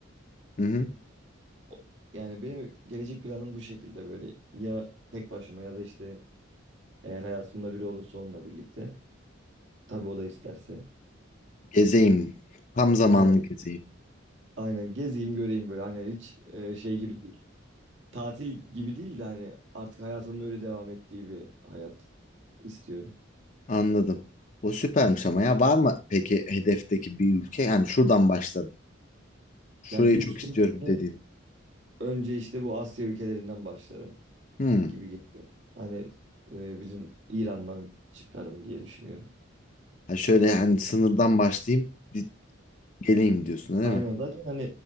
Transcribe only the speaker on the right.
O- Yani benim gelecek planım bu şekilde böyle ya tek başıma ya da işte eğer hayatımda biri olursa onunla birlikte. Tabii o da isterse.
Aynen.
Aynen gezeyim göreyim böyle hani hiç e, şey gibi tatil gibi değil de hani artık hayatının öyle devam ettiği bir hayat istiyorum.
Ya büyük
ihtimalle
önce işte bu Asya ülkelerinden başlarım
gibi geliyor. Hani e, bizim İran'dan çıkarım diye düşünüyorum.
Aynen
zaten hani